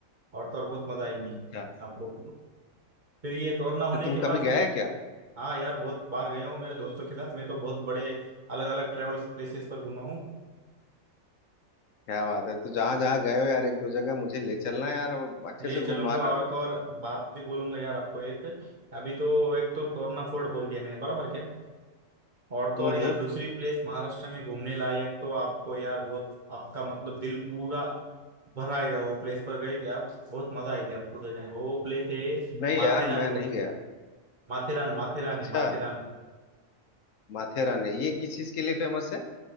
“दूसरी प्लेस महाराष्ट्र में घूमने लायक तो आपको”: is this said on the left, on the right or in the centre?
Right